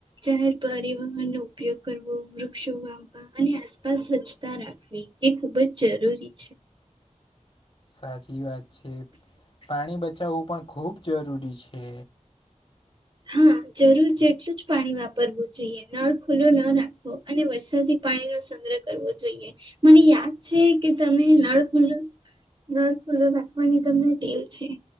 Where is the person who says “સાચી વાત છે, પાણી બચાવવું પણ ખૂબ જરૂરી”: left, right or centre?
Left